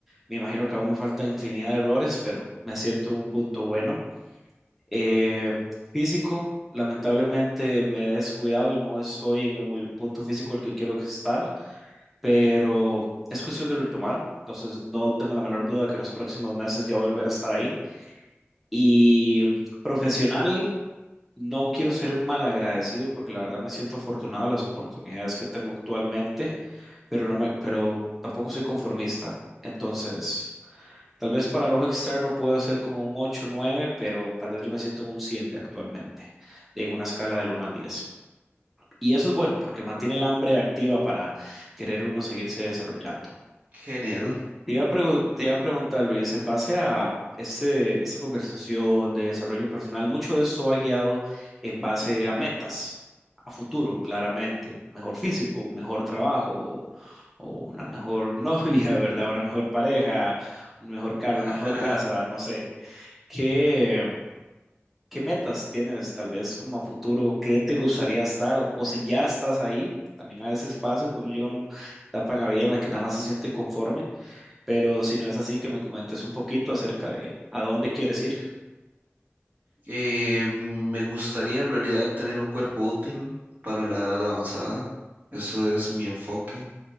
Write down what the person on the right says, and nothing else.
Genial.
<laughs>
Eh, me gustaría en realidad tener un cuerpo útil para la edad avanzada. Eso es mi enfoque.